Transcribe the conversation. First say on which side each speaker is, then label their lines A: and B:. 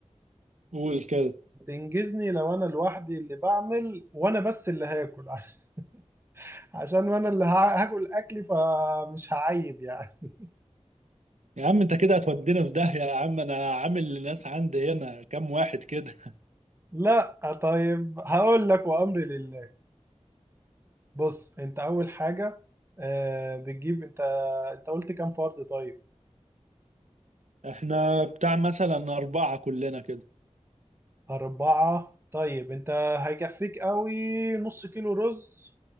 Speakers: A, on the right (about 80°); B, on the right (about 20°).
A: قول كده
B: تنجزني لو انا لوحدي اللي بعمل وانا بس اللي هاكل <laughs> عشان وانا اللي ها- هاكل اكلي فمش هعيب يعني
A: يا عم انت كده هتودينا في داهية يا عم انا عامل للناس عندي هنا كام واحد كده
B: لا طيب هقول لك وامري لله بص انت اول حاجة آه، بتجيب انت انت قلت كام فرد طيب
A: احنا بتاع مثلا اربعة كلنا كده
B: أربعة طيب أنت هيكفيك قوي نص كيلو رز